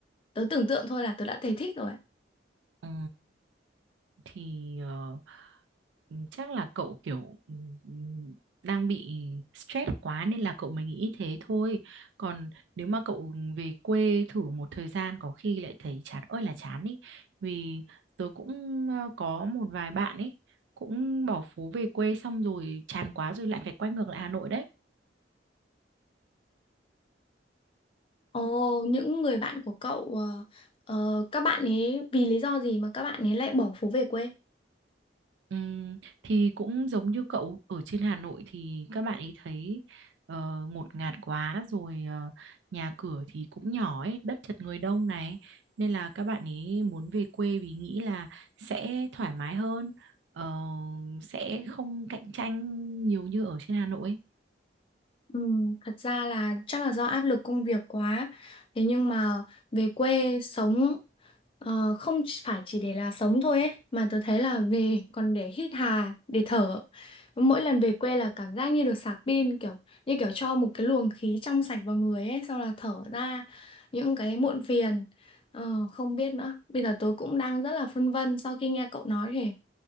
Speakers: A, on the left; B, on the right.
A: Tớ tưởng tượng thôi là tớ đã thấy thích rồi.
B: Ừ. thì ờ, ừ, chắc là cậu kiểu ừ, ừ, đang bị stress quá nên là cậu mới nghĩ thế thôi. Còn nếu mà cậu về quê thử một thời gian có khi lại thấy chán ơi là chán ý. Vì tớ cũng ờ, có một vài bạn ấy cũng bỏ phố về quê xong rồi chán quá rồi lại phải quay ngược lại Hà Nội đấy.
A: Ồ, những người bạn của cậu, ờ, ờ, các bạn ấy vì lý do gì mà các bạn ấy lại bỏ phố về quê?
B: Ừm, thì cũng giống như cậu ở trên Hà Nội thì các bạn ấy thấy ờ, ngột ngạt quá rồi ờ, nhà cửa thì cũng nhỏ ấy, đất chật người đông này nên là các bạn ấy muốn về quê vì nghĩ là sẽ thoải mái hơn ờ, sẽ không cạnh tranh nhiều như ở trên Hà Nội ấy.
A: Ừ, thật ra là chắc là do áp lực công việc quá. Thế nhưng mà về quê sống ờ, không chỉ- phải chỉ để là sống thôi ấy, mà tớ thấy là về còn để hít hà, để thở. Mỗi lần về quê là cảm giác như được sạc pin kiểu như kiểu cho một cái luồng khí trong sạch vào người ấy, xong là thở ra những cái muộn phiền. Ờ, không biết nữa. Bây giờ tớ cũng đang rất là phân vân sau khi nghe cậu nói thì